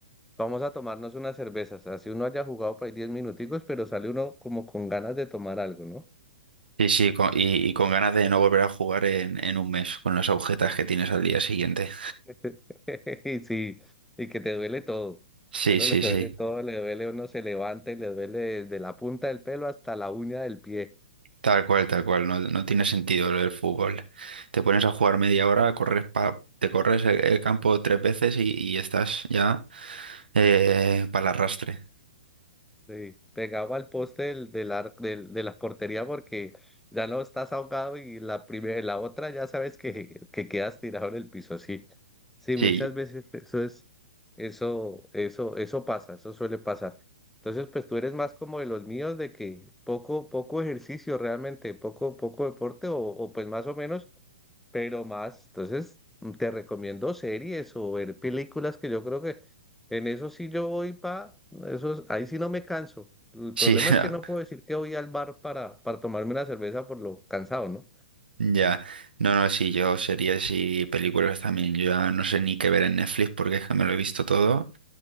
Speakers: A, in the centre; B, on the right.
A: vamos a tomarnos unas cervezas. Así uno haya jugado por ahí 10 minuticos, pero sale uno como con ganas de tomar algo, ¿no?
B: Sí, sí, con- y, y con ganas de no volver a jugar en, en un mes, con las agujetas que tienes al día siguiente.
A: <laughs> Y sí, y que te duele todo.
B: Sí,
A: A Uno
B: sí,
A: le duele
B: sí.
A: todo, le duele, uno se levanta y le duele desde la punta del pelo hasta la uña del pie.
B: Tal cual, tal cual, no, no tiene sentido lo del fútbol. Te pones a jugar media hora, corres pa- te corres el, el campo tres veces y, y estás ya para el arrastre.
A: Sí, pegado al poste del, del ar- del- de la portería porque ya no estás ahogado y la primera, la otra ya sabes que, que quedas tirado en el piso así. Sí,
B: Sí,
A: muchas veces eso es, eso, eso, eso pasa, eso suele pasar. Entonces, pues tú eres más como de los míos de que poco, poco ejercicio realmente, poco, poco deporte o, o pues más o menos, pero más. Entonces, te recomiendo series o ver películas que yo creo que en eso sí yo voy pa, eso es- ahí sí no me canso. El
B: sí,
A: problema
B: <laughs> ya.
A: es que no puedo decir que voy al bar para, para tomarme una cerveza por lo cansado, ¿no?
B: ya. No, no, sí, yo series y películas también. Yo ya no sé ni qué ver en Netflix porque es que me lo he visto todo.